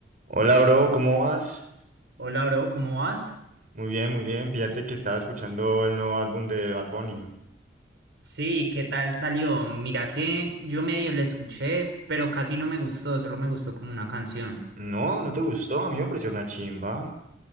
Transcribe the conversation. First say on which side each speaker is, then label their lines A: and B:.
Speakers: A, on the right; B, on the right.
A: Hola, bro, ¿cómo vas?
B: Hola, bro, ¿cómo vas?
A: Muy bien, muy bien. Fíjate que estaba escuchando el nuevo álbum de Bad Bunny.
B: Sí, ¿qué tal salió? Mira que yo medio lo escuché, pero casi no me gustó, solo me gustó como una canción.
A: No, ¿no te gustó? A mí me pareció una chimba.